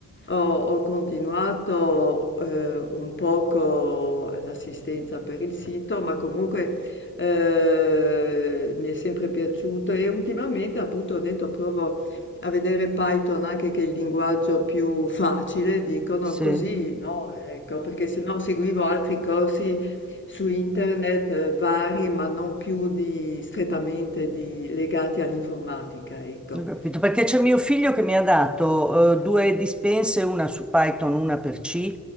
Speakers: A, on the left; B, in the centre.
A: ho, ho continuato eh, un poco l'assistenza per il sito, ma comunque eh, mi è sempre piaciuto e ultimamente appunto ho detto provo a vedere Python anche che è il linguaggio più facile, dicono
B: Sì.
A: così, no? Ecco, perché se no seguivo altri corsi su internet eh, vari, ma non più di, strettamente di- legati all'informatica, ecco.
B: Ho capito, perché c'è mio figlio che mi ha dato eh, due dispense, una su Python, una per C,